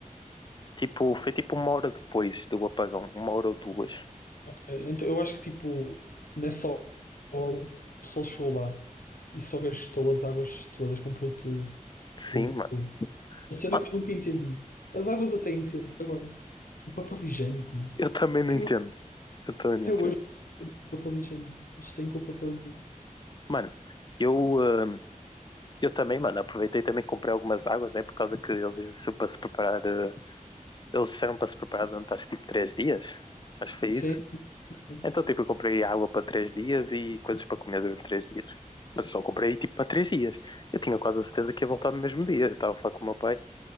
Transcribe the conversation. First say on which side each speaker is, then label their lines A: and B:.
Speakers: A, on the left; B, on the left.
A: Tipo, foi tipo uma hora depois do apagão. Uma hora ou duas.
B: Então, eu acho que tipo, nessa hora, o pessoal chegou lá e só gastou as águas todas, comprou tudo,
A: Sim,
B: tudo,
A: mano.
B: tudo. A cena
A: Mano,
B: que eu nunca entendi. As águas até entendo. Agora, o papel higiênico, mano.
A: eu também não
B: Que
A: entendo.
B: eu,
A: Eu também não
B: até
A: entendo.
B: hoje, o papel higiênico. Eles têm com o papel higiênico.
A: Mano, eu, ah, eu também, mano, aproveitei e também comprei algumas águas, né? Por causa que eles disseram para se preparar. ah, eles disseram para se preparar durante acho tipo três dias. Acho que foi
B: Sim,
A: isso.
B: sim.
A: Então, tipo, eu comprei água para três dias e coisas para comer durante três dias. Mas eu só comprei, tipo, para três dias. Eu tinha quase a certeza que ia voltar no mesmo dia. Eu estava a falar com o meu pai.